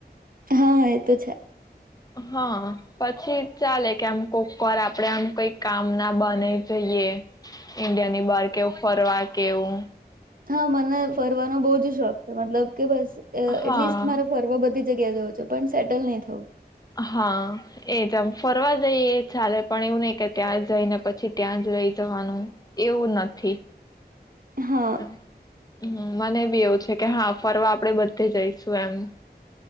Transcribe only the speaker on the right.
હા, એ તો છે.
હા મન ને ફરવાનો બઉ જ શોખ છે મતલબ કે બસ અ
એટલીસ્ટ મારે ફરવા બધી જ જગ્યાએ જવુ છે, પણ સેટલ નઈ થવું
હા